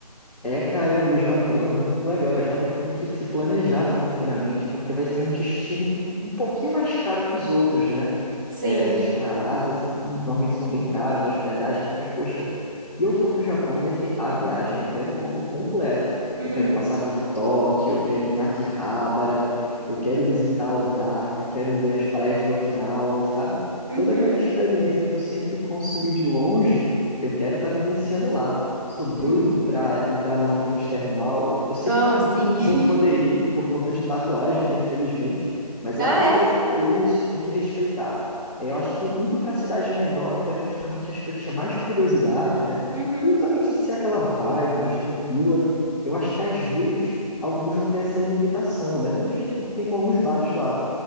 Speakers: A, in the centre; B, on the right.
A: É, caramba, o Japão é muito legal, mas realmente tem que se planejar financeiramente, porque vai ser um destino um pouquinho mais caro que os outros, né?
B: <laughs> Sim.
A: É, esses para a Ásia, assim, normalmente são bem caros, hospedagem, mas, poxa, se eu for para o Japão, vai ser a viagem. Eu quero o combo completo.
B: Uhum.
A: Eu quero passar por Tóquio, eu quero ir em Akihabara, eu quero visitar Osaka, quero ver as praias de Okinawa, sabe?
B: Uhum.
A: Toda aquela experiência que eu sempre consumi de longe, eu quero estar vivenciando lá. Sou doido
B: Uhum.
A: para entrar numa fonte termal. Eu sei
B: Oh,
A: que alguns
B: sim.
A: eu não vou
B: <laughs>
A: poder ir por conta de tatuagem, né? Infelizmente, mas
B: Ah,
A: é a cultura
B: é?
A: do país, tem que respeitar. É, eu acho que indo para a cidade menor, que era justamente as que eu tinha mais curiosidade, né?
B: Uhum.
A: justamente ser aquela vibe mais tranquila. Eu acho que às vezes alguns vão ter essa limitação, né? Do mesmo jeito que tem com alguns bares lá.